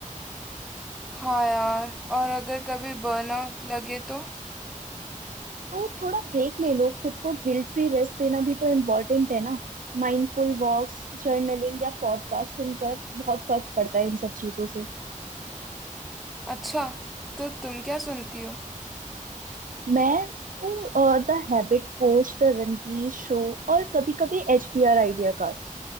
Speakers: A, in the centre; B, on the right (about 75°).
A: हाँ यार और अगर कभी बर्नआउट लगे तो
B: तो थोड़ा ब्रेक ले लो खुद को गिल्ट फ्री रेस्ट देना भी तो इम्पोर्टेंट है ना माइंडफुल वॉक्स जर्नलिंग या पॉडकास्ट सुनकर बहुत फर्क पड़ता है इन सब चीजों से
A: अच्छा तो तुम क्या सुनती हो
B: मैं तो the Habit Coach the Ranveer Show और कभी कभी H B R idea cast